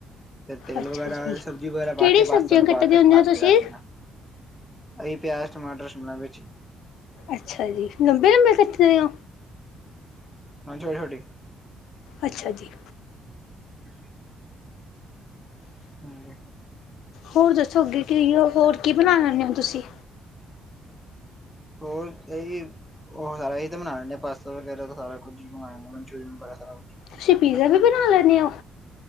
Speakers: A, in the centre; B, on the left.
A: ਫਿਰ ਤੇਲ
B: ਅੱਛਾ
A: ਵਗੈਰਾ
B: ਜੀ।
A: ਸਬਜ਼ੀ ਵਗੈਰਾ
B: ਕਿਹੜੀ
A: ਪਾ ਕੇ
B: ਸਬਜ਼ੀਆਂ
A: ਪਾਸਤਾ ਨੂੰ
B: ਕੱਟਦੇ
A: ਪਾ ਕੇ
B: ਹੁੰਦੇ
A: ਟੱਕ
B: ਹੋ ਤੁਸੀਂ?
A: ਕੇ ਰੱਖ ਦੇਣਾ। ਅਈ ਪਿਆਜ਼ ਟਮਾਟਰ ਸ਼ਿਮਲਾ ਮਿਰਚ
B: ਅੱਛਾ ਜੀ ਲੰਬੇ ਲੰਬੇ ਕੱਟਦੇ ਹੋ।
A: ਹ ਛੋਟੀ ਛੋਟੀ।
B: ਅੱਛਾ ਜੀ।
A: <inaudible> ਹਾਂਜੀ।
B: ਹੋਰ ਦੱਸੋ ਅੱਗੇ ਕਿ ਹੋਰ ਕੀ ਬਣਾ ਲੈਂਦੇ ਹੋ ਤੁਸੀਂ
A: ਹੋਰ ਇਹ ਉਹ ਸਾਰਾ ਇਹ ਤਾਂ ਬਣਾ ਲੈਨੇ ਆ ਪਾਸਤਾ ਵਗੈਰਾ ਸਾਰਾ ਕੁਛ ਮਨਚੂਰੀਅਨ ਵ ਸਾਰਾ ਕੁਛ
B: ਤੁਸੀਂ ਪੀਜ਼ਾ ਵੀ ਬਣਾ ਲੈਂਦੇ ਹੋ।